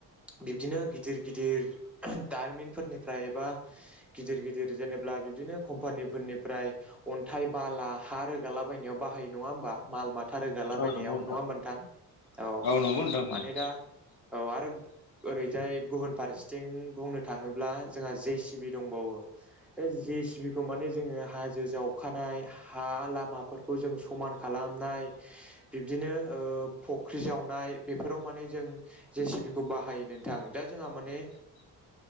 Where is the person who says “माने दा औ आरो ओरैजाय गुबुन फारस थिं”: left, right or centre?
Centre